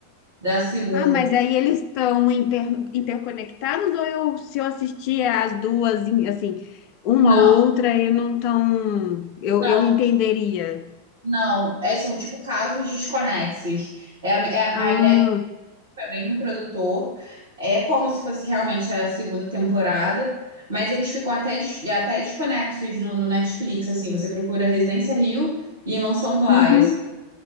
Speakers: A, on the right; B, on the left.
A: da segunda.
B: Ah, mas aí eles estão inter- interconectados ou eu, se eu assistir as duas, em- assim, uma
A: Não,
B: ou outra, eu não tão, eu,
A: não,
B: eu entenderia.
A: não. É, são tipo casos desconexos. É, a- é, a
B: Ah,
A: a ideia foi o mesmo produtor. É como se fosse realmente a segunda temporada, mas eles ficam até, des- até desconexos no, no Netflix, assim, você procura Residência Rio e Mansão Blas.
B: uhum.